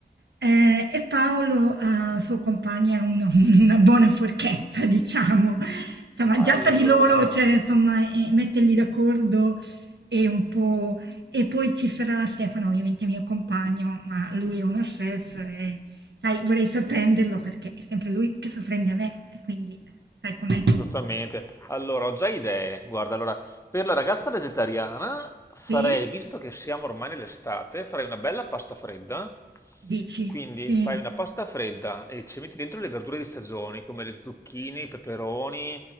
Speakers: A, on the right; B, on the left.
A: Eh, e Paolo, eh, suo compagno, è uno- <laughs> una buona forchetta, diciamo. Insomma, già
B: Allora.
A: tra di loro, cioè, insomma, eh, metterli d'accordo è un po'... E poi ci sarà Stefano, ovviamente mio compagno, ma lui è uno chef e, sai, vorrei sorprenderlo perché è sempre lui che sorprende me, e quindi sai com'è.
B: Giustamente. Allora, ho già idee. Guarda, allora, per la ragazza vegetariana farei,
A: Sì?
B: visto che siamo ormai nell'estate, farei una bella pasta fredda.
A: Dici,
B: Quindi
A: sì.
B: fai una pasta fredda e ci metti dentro le verdure di stagione, come le zucchine, i peperoni,